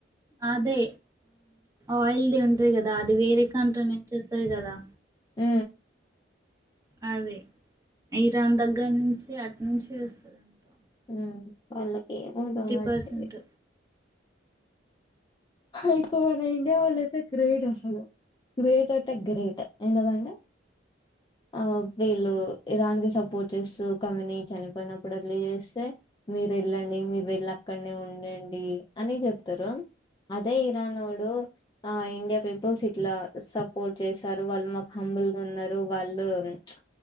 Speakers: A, on the right (about 15°); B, on the left (about 20°).
A: అదే ఆయిల్ ద ఉంట్రి కదా అది వేరే కంట్ర నుంచి వస్తుంది కదా
B: ఆ
A: అదే ఇరాన్ దగ్గర నుంచి అటు నుంచి వస్తుంది అంతో
B: అ వాళ్ళకి ఏమి ఉందగ అట్టి
A: పర్సెంట్
B: ఎకు మన ఇండియా వాళ్ళ అయితే గ్రేట్ అసలు గ్రేట్ అంటే గ్రేట్ ఎందుకంటే ఆ వీళ్ళు ఇరాన్ కి సపోర్ట్ చేస్తూ కమనీ చనిపోయినప్పుడు అట్లా చేస్తే మీరు వెళ్ళండి మీరు వెళ్ళి అక్కడనే ఉండండి అని చెప్తారు. అదే ఇరాన్ ఓడు ఆ ఇండియా పీపుల్స్ ఇట్లా సపోర్ట్ చేశారు వాళ్ళు మాకు హంబుల్గా ఉన్నారు వాళ్ళు చమ్